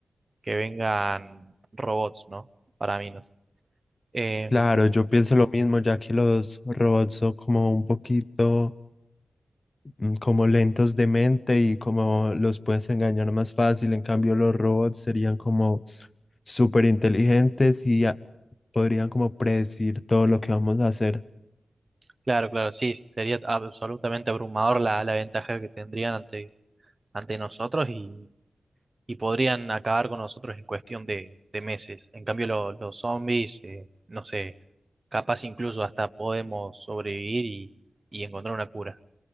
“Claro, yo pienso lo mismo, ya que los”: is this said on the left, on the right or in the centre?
Left